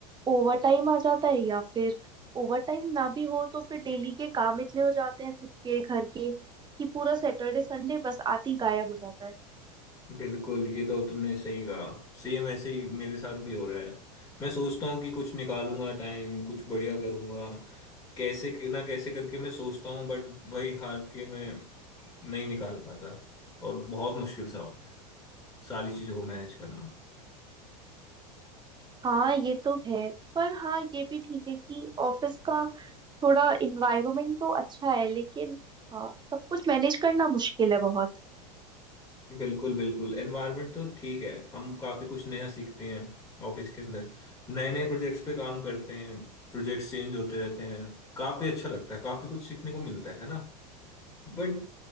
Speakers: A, on the right; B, on the left.
A: ओवर टाइम आ जाता है या फिर ओवर टाइम ना भी हो तो फिर डेली के काम इतने हो जाते हैं खुद के घर के कि पूरा सैटरडे संडे बस आते ही गायब हो जाता है
B: बिल्कुल ये तो तुमने सही कहा सेम ऐसे ही मेरे साथ भी हो रहा है मैं सोचता हूँ कि कुछ निकालूंगा टाइम कुछ बढ़िया करूंगा कैसे कि- ना कैसे करके मैं सोचता हूँ बट वही हार के मैं नहीं निकाल पाता और बहुत मुश्किल सा हो गया सारी चीजों को मैनेज करना
A: हाँ ये तो है पर हाँ ये भी ठीक है कि ऑफिस का थोड़ा इन्वायरमेंट तो अच्छा है लेकिन हाँ सब कुछ मैनेज करना मुश्किल है बहुत
B: बिल्कुल बिल्कुल एनवायरनमेंट तो ठीक है हम काफी कुछ नया सीखते हैं ऑफिस के अंदर नए नए प्रोजेक्ट्स पे काम करते हैं प्रोजेक्ट्स चेंज होते रहते हैं काफी अच्छा लगता है काफी कुछ सीखने को मिलता है ना बट